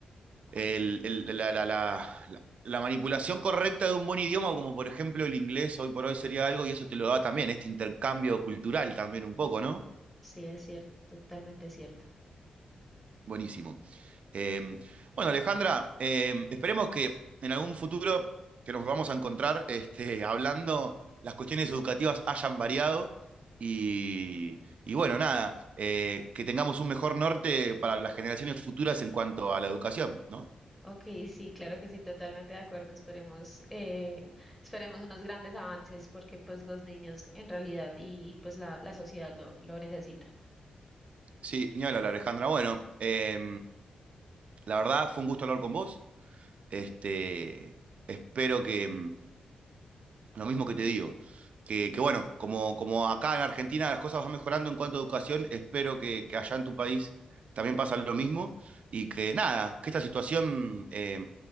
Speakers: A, on the right; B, in the centre.
A: el- el- la, la- la- la- la manipulación correcta de un buen idioma, como por ejemplo el inglés, hoy por hoy sería algo, y eso te lo da también, este intercambio cultural también un poco, ¿no?
B: Sí, es cierto, totalmente cierto.
A: Buenísimo. Eh, bueno, Alejandra, eh, esperemos que en algún futuro que nos vamos a encontrar <laughs> este, hablando, las cuestiones educativas hayan variado y, y bueno, nada, eh, que tengamos un mejor norte para las generaciones futuras en cuanto a la educación, ¿no?
B: Ok, sí, claro que sí, totalmente de acuerdo. Esperemos, eh, esperemos unos grandes avances porque pues los niños en realidad y, y, pues la, la sociedad lo, lo necesita.
A: Sí, ni hablar, Alejandra. Bueno, eh, la verdad fue un gusto hablar con vos. Este, espero que, lo mismo que te digo. Que, que, bueno, como, como acá en Argentina las cosas van mejorando en cuanto a educación, espero que, que allá en tu país también pasa lo mismo y que nada, que esta situación eh,